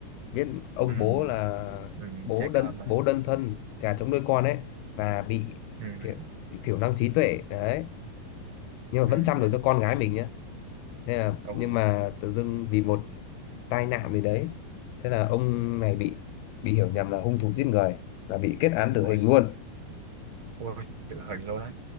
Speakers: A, on the left; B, on the right.
A: biết ông
B: ừm,
A: bố là
B: ừm,
A: bố
B: trẻ
A: đơn
B: con mà
A: bố đơn thân cha chống nuôi con ấy và bị
B: ừm,
A: thiểu, thiểu năng trí tuệ đấy nhưng mà
B: ừm,
A: vẫn chăm được cho con gái mình nhá thế là
B: ồ
A: nhưng mà tự dưng vì một tai nạn gì đấy thế là ông này bị bị hiểu nhầm là hung thủ giết người và bị kết án tử
B: ôi
A: hình luôn
B: ôi tự hình luôn á